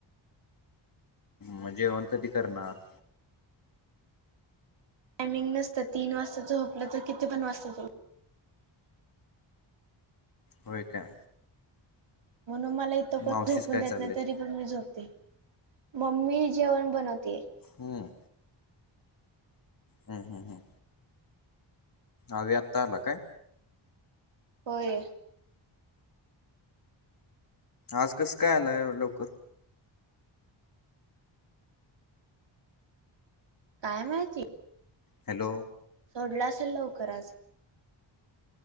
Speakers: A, on the left; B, on the right.
A: मग जेवण कधी करणार?
B: टायमिंग नसतं, तीन वाजता झोपलं तर किती पण वास्ता
A: होय का?
B: म्हणून मला इथं कोण
A: मावशीच
B: झोपून
A: काय
B: देत
A: चाललंय
B: नाय तरी पण मी झोपते... मम्मी जेवण बनवतीये.
A: हूं. हूं हूं हूं. अवी, आत्ता आला काय?
B: होय.
A: आज कसं काय आला एवढ्या लवकर?
B: काय माहिती?
A: हॅलो
B: सोडलं असल लवकर आज.